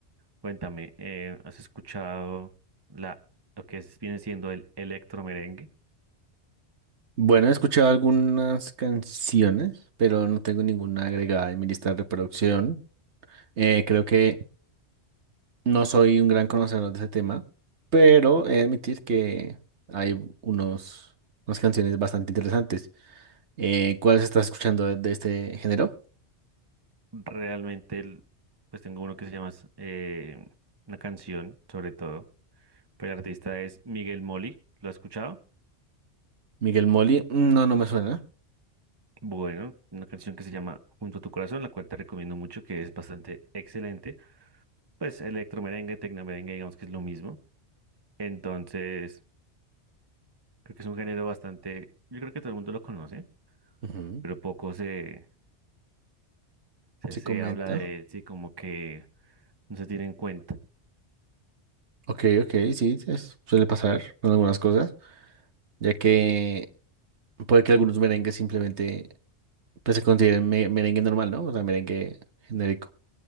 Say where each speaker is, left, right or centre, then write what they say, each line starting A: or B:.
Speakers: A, on the right; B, on the right.
A: Cuéntame, eh, ¿has escuchado la, lo que es- viene siendo el electromerengue?
B: Bueno, he escuchado algunas canciones, pero no tengo ninguna agregada en mi lista de reproducción. Eh, creo que no soy un gran conocedor de ese tema, pero he de admitir que hay unos, unas canciones bastante interesantes. Eh, ¿cuáles estás escuchando de, de este género?
A: Realmente, el- pues tengo uno que se llama, eh, una canción, sobre todo, pero el artista es Miguel Moli. ¿Lo has escuchado?
B: Miguel Molly. No, no me suena.
A: Bueno, una canción que se llama Junto a tu corazón, la cual te recomiendo mucho, que es bastante excelente. Pues electromerengue, tecnomerengue, digamos que es lo mismo. Entonces, creo que es un género bastante, yo creo que todo el mundo lo conoce,
B: Ujú.
A: pero poco se, se,
B: Se
A: se
B: comenta.
A: habla de él, sí, como que no se tiene en cuenta.
B: Ok, ok, sí, es- suele pasar con algunas cosas. ya que puede que algunos merengues simplemente pues, se consideren me- merengue normal, ¿no? O sea, merengue genérico.